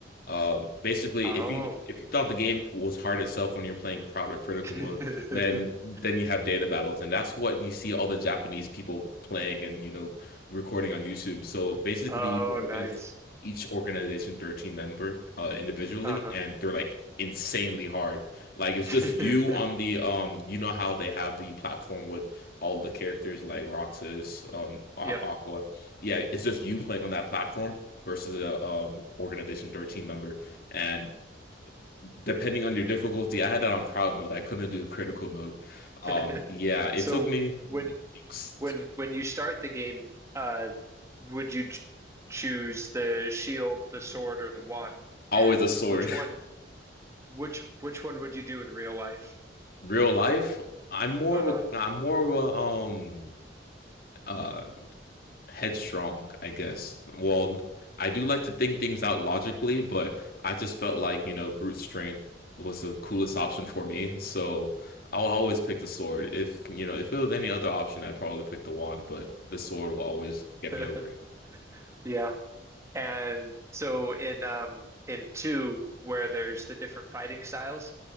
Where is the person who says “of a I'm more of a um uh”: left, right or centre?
Left